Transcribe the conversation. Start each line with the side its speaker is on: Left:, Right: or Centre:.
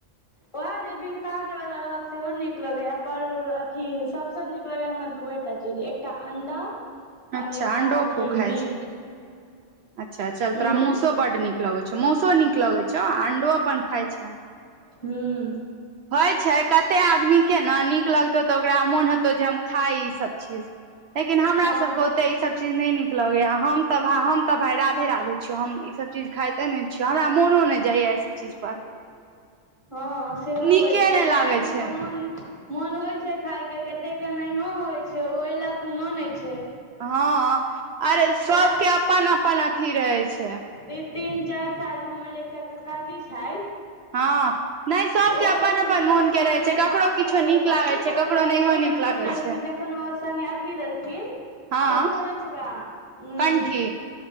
Left: ओहे जे बिन काट वला रहत सेहो नीक लगैये पर अथि सबसे नीक लगैये हमरा दूएट एकटा चीज एकटा अंडा
Right: अच्छा
Left: और एकटा
Right: अंडो
Left: अथि
Right: खूब खाइ
Left: मीट।
Right: छै अच्छा चल
Left: उं
Right: तोरा माउसो बड नीक लगै छौ, माउसो नीक लगैत छौ अण्डो अपन खाइ छें।
Left: हुं।
Right: होय छै कते आदमी के ने नीक लगतौ तऽ ओकरा मोन हेतौ जे हम खाइ ई सब। लेकिन हमरा
Left: हँ
Right: सब
Left: बहु
Right: के ओते ई सब चिज नई निक लगैये, हम त भाई हम तऽ भाइ राधे राधे छियौ, हम ईसभ चीज खाइते नहि छियौ, हमरा मोनो नहि जाइए एहि सब चीज चीज पर।
Left: हँ सेहो
Right: नीके
Left: होइ छै कते
Right: नहि लागे
Left: आदमीे
Right: छै
Left: के मोन मोन होइ छै खाय के कते के नहियो होइ छै, ओय ले कोनो नहि छै।
Right: हँ अरे सबके
Left: ओएह
Right: अपन अपन अथि रहै छै।
Left: ई तीन चारि साल जे हमर जे एकटा ककाजी छैथ
Right: हँ नहि सबके
Left: ओ
Right: अपन
Left: बुझियौ
Right: अपन मोन
Left: जे हमर
Right: के रहे
Left: जे
Right: छै ककरो
Left: दा
Right: किछो नीक
Left: दादीमाँ
Right: लागे छै
Left: छलैथि
Right: ककरो नहियो
Left: ओ जखैन
Right: नीक लागे छै
Left: जखन ओ सन्यासी लेलखिन,
Right: हँ
Left: कथि कहल जाइ छै ओकरा उ
Right: कंठी।